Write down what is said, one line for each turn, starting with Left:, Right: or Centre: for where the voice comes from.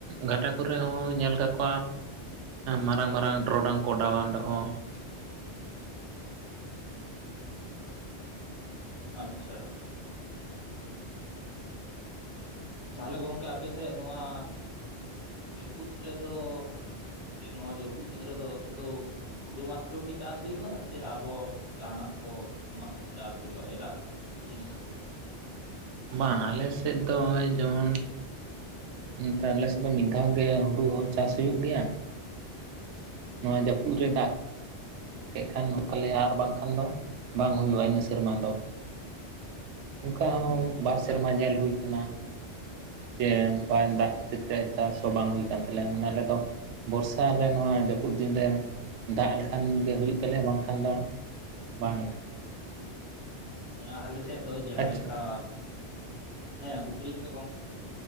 Right: ᱜᱷᱟᱰᱟ ᱠᱚᱨᱮ ᱦᱚᱸ ᱧᱮᱞ ᱟᱠᱟᱫ ᱠᱚᱣᱟ ᱢᱟᱨᱟᱝ ᱢᱟᱨᱟᱝ ᱴᱨᱚᱰᱟᱝ ᱠᱚ ᱚᱰᱟᱣᱟ ᱚᱸᱰᱮ ᱦᱚᱸ
Left: <inaudible> ᱟᱪᱪᱷᱟ ᱛᱟᱦᱚᱞᱮ ᱜᱚᱝᱠᱮ ᱟᱯᱮ ᱥᱮᱫ ᱱᱚᱣᱟ ᱡᱟᱹᱯᱩᱫ ᱨᱮᱫᱚ ᱥᱮ ᱱᱚᱣᱟ ᱡᱟᱹᱯᱩᱫ ᱫᱤᱱ ᱨᱮᱫᱚ ᱥᱩᱫᱷᱩ ᱦᱳᱲᱩ ᱢᱟᱛᱨᱚ ᱜᱮ ᱪᱟᱥ ᱦᱩᱭᱩᱜᱼᱟ ᱥᱮ ᱟᱨᱦᱚᱸ ᱡᱟᱦᱟᱸᱱᱟᱜ ᱠᱚ ᱚᱱᱟ ᱠᱚᱦᱚᱸ ᱪᱟᱥ ᱦᱩᱭᱩᱜᱼᱟ ᱮᱴᱟᱜ ᱡᱤᱱᱤᱥ ᱠᱚᱦᱚᱸ
Right: ᱵᱟᱝ ᱟᱞᱮᱥᱮᱫ ᱫᱚ ᱱᱚᱜᱼᱚᱭ ᱡᱮᱢᱚᱱ
Left: <inaudible>
Right: ᱦᱩᱸ ᱛᱟᱦᱞᱮ ᱥᱩᱫᱷᱩ ᱢᱤᱫ ᱫᱷᱟᱣ ᱜᱮ ᱦᱩᱲᱩ ᱦᱚᱸ ᱪᱟᱥ ᱦᱩᱭᱩ ᱜᱮᱭᱟ ᱱᱚᱣᱟ ᱡᱟᱹᱯᱩᱫ ᱨᱮ ᱫᱟᱜ ᱠᱮᱫ ᱠᱷᱟᱱ ᱱᱚᱛᱟᱞᱮᱭᱟ ᱟᱨ ᱵᱟᱝᱠᱷᱟᱱ ᱫᱚ ᱵᱟᱝ ᱦᱩᱭᱩᱜᱼᱟ ᱤᱱᱟᱹ ᱥᱮᱨᱢᱟ ᱫᱚ ᱚᱱᱠᱟ ᱦᱚᱸ ᱵᱟᱨ
Left: ᱚᱱᱠᱟ
Right: ᱥᱮᱨᱢᱟ ᱧᱮᱞ ᱦᱩᱭ ᱠᱟᱱᱟ ᱡᱮ ᱵᱟᱝ ᱫᱟᱜ ᱠᱷᱟᱹᱛᱤᱨ ᱪᱟᱥ ᱦᱚᱸ ᱵᱟᱝ ᱦᱩᱭ ᱠᱟᱱᱟ ᱛᱟᱞᱮᱭᱟ ᱢᱟᱱᱮ ᱟᱞᱮ ᱫᱚ ᱵᱚᱨᱥᱟ ᱨᱮ ᱱᱚᱣᱟ ᱡᱟᱹᱯᱩᱫ ᱫᱤᱱᱨᱮ ᱫᱟᱜ ᱞᱮᱠᱷᱟᱱ ᱜᱮ ᱦᱩᱭᱩᱜ ᱛᱟᱞᱮᱭᱟ ᱵᱟᱝᱠᱷᱟᱱ ᱫᱚ ᱵᱟᱝ
Left: ᱦᱮᱸ ᱟᱞᱮ ᱥᱮᱫ ᱫᱚ ᱡᱟᱦᱟᱸᱞᱮᱠᱟ
Right: ᱟᱪᱪᱷᱟ
Left: ᱦᱮᱸ ᱠᱩᱠᱞᱤᱪ ᱢᱮ ᱜᱚᱢᱠᱮ